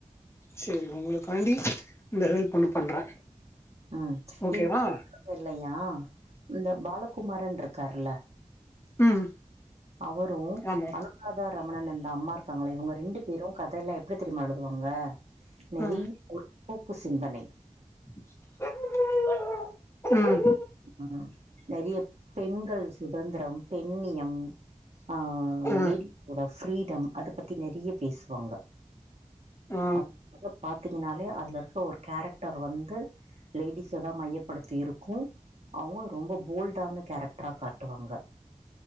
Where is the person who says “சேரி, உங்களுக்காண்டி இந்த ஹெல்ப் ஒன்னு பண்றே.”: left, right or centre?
Left